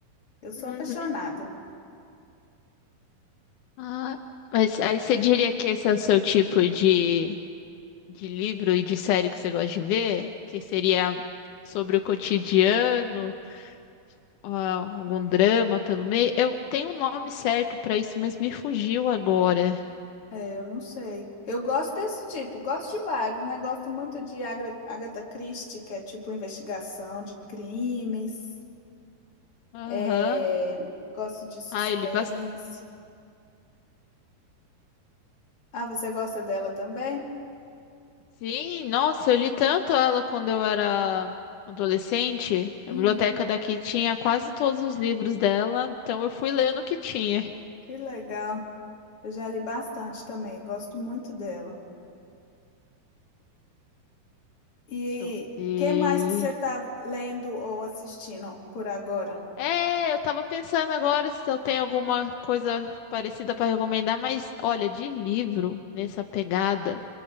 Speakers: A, on the left (about 40°); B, on the left (about 80°).
A: Eu sou
B: Uhum.
A: apaixonada.
B: Ah, mas aí você diria que esse é o seu tipo de, de livro e de série que você gosta de ver? Que seria sobre o cotidiano, ah, algum drama pelo meio? Eu tenho um nome certo pra isso, mas me fugiu agora.
A: É, eu não sei. Eu gosto desse tipo, gosto de vários, né? Gosto muito de Agra- Agatha Christie, que é tipo investigação de crimes.
B: Aham.
A: É, Gosto de suspense.
B: Ah, eu li bastante.
A: Ah, você gosta dela também?
B: Sim, nossa, eu li tanto ela quando eu era adolescente. A
A: Hum,
B: biblioteca daqui tinha quase todos os livros dela, então eu fui lendo o que tinha.
A: que legal. Eu já li bastante também, gosto muito dela. E
B: Deixa eu ver.
A: que mais que você está lendo ou assistindo por agora?
B: É, eu tava pensando agora se eu tenho alguma coisa parecida para recomendar, mas olha, de livro nessa pegada,